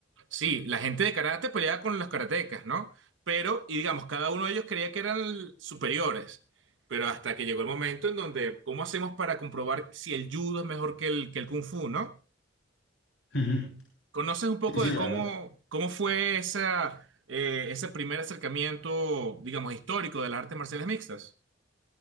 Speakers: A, on the right (about 80°); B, on the left (about 70°).
A: Sí, la gente de karate peleaba con los karatecas, ¿no? Pero, y digamos, cada uno de ellos creía que eran superiores, pero hasta que llegó el momento en donde, ¿cómo hacemos para comprobar si el judo es mejor que el, que el kung fu, ¿no?
B: Ujú.
A: ¿Conoces un poco
B: Sí, sí,
A: de
B: la
A: cómo,
B: verdad.
A: cómo fue esa, eh, ese primer acercamiento, digamos, histórico de las artes marciales mixtas?